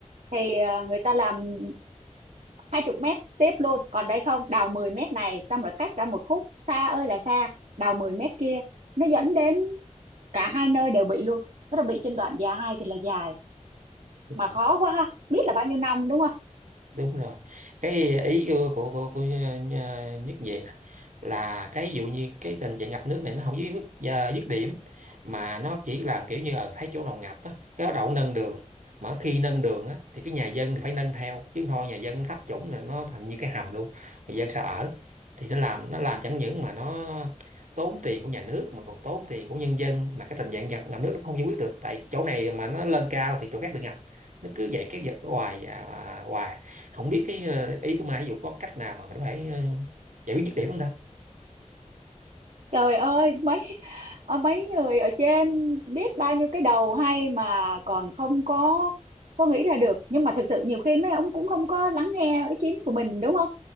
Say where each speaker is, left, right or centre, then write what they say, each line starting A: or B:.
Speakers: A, on the right; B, on the right.
A: thì ờ, người ta làm hai chục mét tiếp luôn còn đây không đào 10 mét này xong rồi cách ra một khúc xa ơi là xa đào 10 mét kia nó dẫn đến cả hai nơi đều bị luôn tức là bị trên đoạn dài thì là dài
B: Ừ.
A: mà khó quá ha biết là bao nhiêu năm đúng không
B: đúng rồi cái ý của của, của, của Nh- nhất về nè là cái dụ như cái tình trạng ngập nước này nó không dứt à, dứt điểm mà nó chỉ làm kiểu như ở thấy chỗ nào ngập á cái đậu nâng đường mà khi nâng đường á thì cái nhà dân thì phải nâng theo chứ không thôi nhà dân thấp chủng này nó thành như cái hầm luôn người dân sao ở thì nó làm nó làm chẳng những mà nó tốn tiền của nhà nước mà còn tốn tiền của nhân dân mà cái tình trạng ngập, ngập nước nó không giải quyết được tại chỗ này mà nó lên cao thì chỗ khác bị ngập nó cứ vậy kéo dài hoài và hoài không biết cái ờ, ý của Mai ví dụ có cách nào mà mình có thể ờ, giải quyết dứt điểm không ta
A: trời ơi mấy ờ, mấy người ở trên biết bao nhiêu cái đầu hay mà còn không có có nghĩ ra được nhưng mà thực sự nhiều khi mấy ông cũng không có lắng nghe ý kiến của mình đúng không